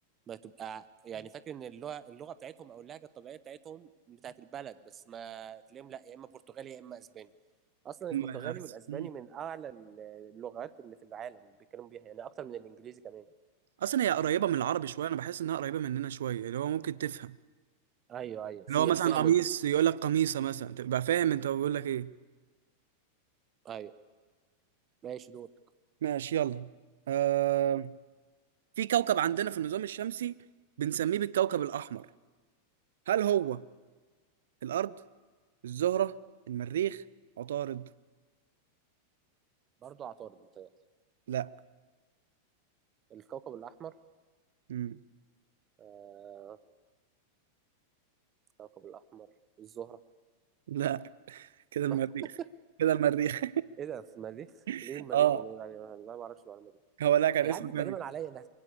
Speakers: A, on the right; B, on the right.
A: بتبقى يعني فاكر ان اللغه اللغه بتاعتهم او اللهجه الطبيعيه بتاعتهم بتاعت البلد بس ما تلاقيهم لا يا اما برتغالي يا اما اسباني اصلا البرتغالي
B: يعني
A: والاسباني من اعلى ال- اللغات اللي في العالم بيتكلموا بيها يعني اكتر من الانجليزي كمان
B: اصلا هي قريبه من العربي شويه انا بحس انها قريبه مننا شويه اللي هو ممكن تفهم
A: ايوه ايوه فيها
B: اللي هو مثلا
A: فيها منها
B: قميص يقول لك قميصه مثلا تبقى فاهم انت بيقول لك ايه
A: ايوه ماشي دول
B: ماشي يلا آه... في كوكب عندنا في النظام الشمسي بنسميه بالكوكب الاحمر هل هو الارض الزهره المريخ عطارد
A: برضو عطارد بتاعي
B: لا
A: الكوكب الاحمر
B: مم.
A: آه الكوكب الاحمر الزهره
B: لا كده المريخ
A: <laughs>
B: كده المريخ
A: ايه ده في المريخ
B: <laughs>
A: ليه المريخ
B: اه
A: بنقول عليه انا ما اعرفش المعلومه دي
B: هو لا كان
A: هي
B: اسمه
A: عدت تقريبا
B: كده
A: عليا انا